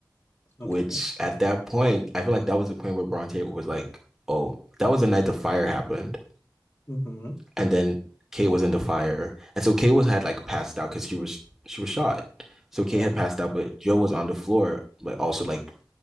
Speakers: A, on the left; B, in the centre.
A: Okay.
B: which at that point, I feel like that was the point where Bronte was like, "Oh, that was the night the fire happened,"
A: Mm-hmm.
B: and then Kate was in the fire, and so Kate was had like passed out because she was she was shot, so Kate
A: Right.
B: had passed out, but Joe was on the floor, but also like